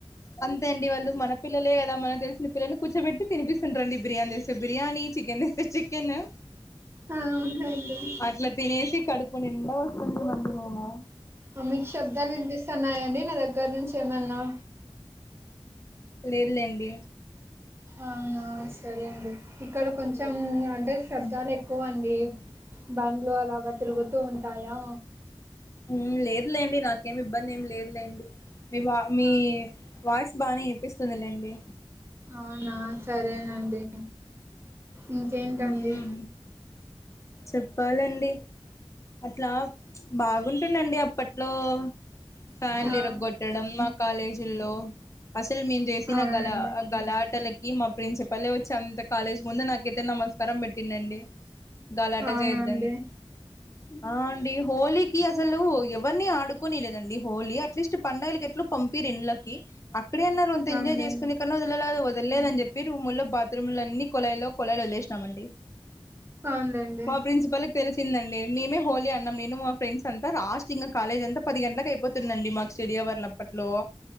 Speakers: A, on the left (about 30°); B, on the right (about 25°).
A: అంతే అండి వాళ్ళు మన పిల్లలే గదా మనకు దెలిసిన పిల్లల్ని కూచోబెట్టి తినిపిస్తుంట్రండి బిర్యానీ దెస్తే బిర్యానీ, చికెన్ తెస్తే చికెను
B: ఆ, ఉండండి.
A: అట్ల తినేసి, కడుపు నిండ వస్తుండిమండి మేమూ.
B: అ మీకు శబ్దాలు ఇనిపిస్తన్నాయండి? నా దగ్గర నుంచి ఏమన్నా?
A: లేదు లేండి
B: అవునా? సరే అండి. ఇక్కడ కొంచెం అంటే శబ్దాలు ఎక్ కువండీ, బండ్లు అలాగ తిరుగుతూ ఉంటాయా?
A: ఊమ్ లేదు లేండి. నాకేమి ఇబ్బంది ఏమి లేదు లేండి. మీ బా మీ
B: ఆ
A: వాయిస్ బాగనే ఇనిపిస్తుంది లేండి.
B: అవునా? సరేనండి. ఇంకేంటండి?
A: మ్మ్ చెప్పాలండి. అట్లా బాగుంటుందండి అప్పట్లో ఫ్యాన్లిరగొట్టడం
B: ఆ
A: మా కాలేజీల్లో అసలు మేము జేసిన
B: అవునండి
A: గలా కళ ఆటలకి మా ప్రిన్సిపల్ వచ్చాయి అంతయి కాలేజ్ ముందు నాకింత నమస్కారం పెట్టిందండి గలాట
B: అవునండి
A: జేస్తే ఆ అండి హోలీ కి అసలు అసలు ఎవరిని ఆడుకొని లేదండి హోలీ అట్లీస్ట్ పండుగలకి ఎట్లు పంపిరు ఇండ్లకి అక్కడే అన్నారు అంతా
B: అవునులేండి
A: ఎంజాయ్ చేసుకునే కన్నా పిల్లల గదుల్ వదల్లేదు అని చెప్పి రూముల్లో బాత్రూంలో అన్ని కొళాయిలో కొళాయిలు వదిలేసినామండి
B: అవునులేండి
A: మా ప్రిన్సిపల్ క తెలిసిందండి మేమే హోలీ అన్నం నేను మా ఫ్రెండ్స్ అంతా లాస్ట్ ఇంకా కేలేజ్ అంతా పది గంటలకు అయిపోతుందండి మాకు స్టడీ అవర్ల పట్లోవ